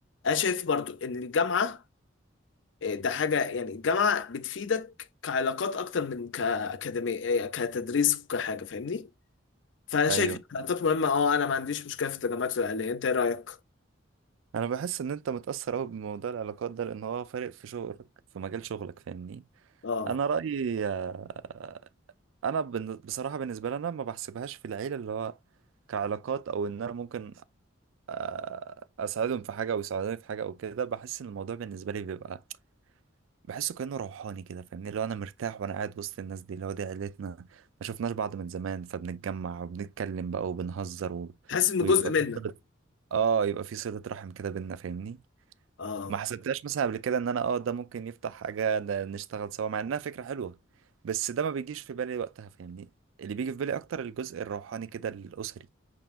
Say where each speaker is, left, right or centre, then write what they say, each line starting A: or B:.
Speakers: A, on the left; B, on the right.
A: انا شايف برضو ان الجامعه آه، ده حاجه يعني الجامعه بتفيدك كعلاقات اكتر من كاكاديميه آه، كتدريس وكحاجه فاهمني فانا شايف
B: ايوه
A: إن العلاقات مهمه اه انا ما عنديش مشكله في التجمعات العائليه انت ايه رايك
B: انا بحس ان انت متاثر قوي بموضوع العلاقات ده لان هو فارق في شغلك في مجال شغلك فاهمني
A: اه
B: انا رايي آه، انا بن- بصراحه بالنسبه لي انا ما بحسبهاش في العيله اللي هو كعلاقات او ان انا ممكن آه، اساعدهم في حاجه او يساعدوني في حاجه او كده بحس ان الموضوع بالنسبه لي بيبقى بحسه كانه روحاني كده فاهمني اللي هو انا مرتاح وانا قاعد وسط الناس دي اللي هو دي عيلتنا ما شفناش بعض من زمان فبنتجمع وبنتكلم بقى وبنهزر و...
A: حاسس ان
B: ويبقى
A: جزء منك
B: في صله اه يبقى في صله رحم كده بينا فاهمني
A: اه
B: ما حسبتهاش مثلا قبل كده ان انا اه ده ممكن يفتح حاجة ده نشتغل سوا مع انها فكرة حلوة بس ده ما بيجيش في بالي وقتها فاهمني اللي بيجي في بالي اكتر الجزء الروحاني كده الاسري